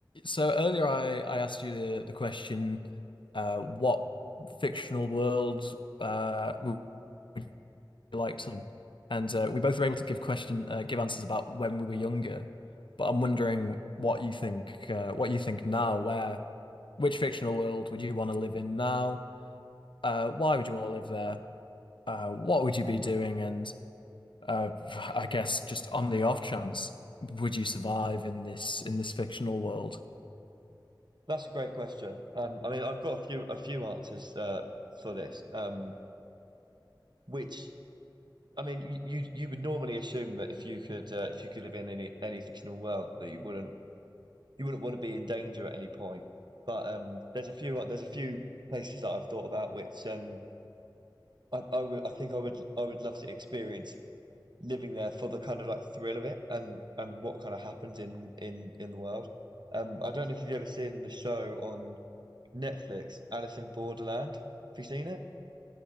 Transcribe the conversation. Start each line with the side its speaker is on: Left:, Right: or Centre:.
Left: So earlier I, I asked you the, the question, uh, what fictional world uh, would would you like to live in? And uh, we both were able to give question uh, give answers about when we were younger. But I'm wondering what you think uh, what you think now, where which fictional world would you want to live in now? Uh, why would you want to live there? Uh, what would you be doing? And uh, I guess just on the off chance, would you survive in this in this fictional world?
Right: That's a great question. Um, I mean, I've got a few a few answers uh, for this. Um, which I mean, you, you you would normally assume that if you could uh, if you could live in any any fictional world that you wouldn't you wouldn't want to be in danger at any point. But um, there's a few there's a few places that I've thought about which um, I, I would I think I would I would love to experience living there for the kind of like thrill of it and and what kind of happens in in in the world. Um, I don't know if you've ever seen the show on. Netflix, Alice in Borderland. Have you seen it?